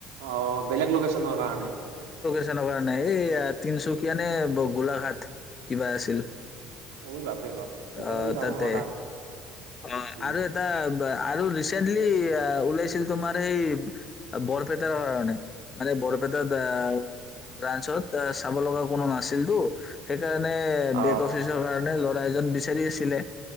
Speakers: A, on the right (about 85°); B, on the left (about 35°).
A: অ', বেলেগ লোকেচ ন কাৰণে
B: নাই এই তিনচুকীয়া নে গোলাঘাট কিবা আছিল
A: <unintelligible> সেইফালে
B: অ',
A: যাব
B: তাতে
A: নোৱাৰা
B: অ',
A: উম
B: আৰু এটা আৰু ৰিচেন্টলি আ, ওলাইছে কিন্তু তোমাৰ সেই বৰপেটাৰ কাৰণে মানে বৰ টাত ব্ৰাঞ্চত চাব লগা কোনো নাছিল <unintelligible> সেইকাৰণে বেক
A: অ
B: অফিচৰ কাৰণে ল আয়োজন বি বিচাৰি আছিলে